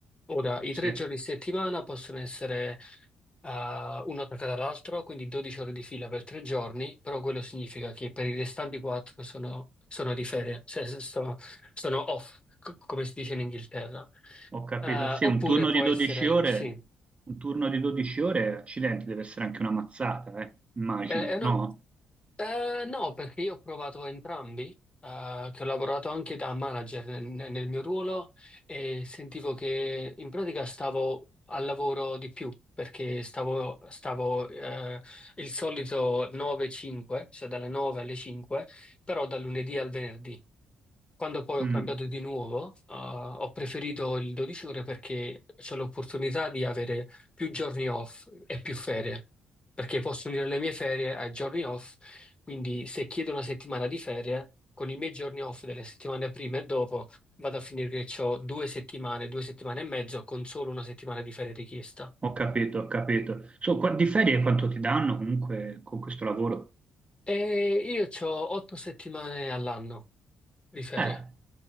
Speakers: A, on the left; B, on the right.
A: Ora, i
B: Sì,
A: tre giorni a settimana possono essere eh, uno attaccato all'altro, quindi 12 ore di fila per tre giorni, però quello significa che per i restanti quattro sono, sono di ferie, cioè se sto- sono off, co- come si dice in Inghilterra.
B: ho capito.
A: Eh,
B: Sì,
A: oppure
B: un turno
A: può
B: di 12
A: essere,
B: ore,
A: sì.
B: un turno di 12 ore, accidenti, deve essere anche una mazzata, eh, immagino,
A: Eh, è una-
B: no?
A: eh, no, perché io ho provato entrambi, eh, che ho lavorato anche da manager nel, nel mio ruolo e sentivo che in pratica stavo al lavoro di più perché stavo, stavo, eh, il solito 9-5, cioè dalle 9 alle 5, però dal lunedì al venerdì. Quando poi ho
B: Mm.
A: cambiato di nuovo, eh, ho preferito il 12 ore perché c'ho l'opportunità di avere più giorni off e più ferie, perché posso unire le mie ferie ai giorni off, quindi se chiedo una settimana di ferie, con i miei giorni off delle settimane prima e dopo, vado a finire che ho due settimane, due settimane e mezzo con solo una settimana di ferie richiesta.
B: Ho capito, ho capito. So, qua- di ferie quanto ti danno comunque con questo lavoro?
A: E io ho otto settimane all'anno di ferie.
B: Eh,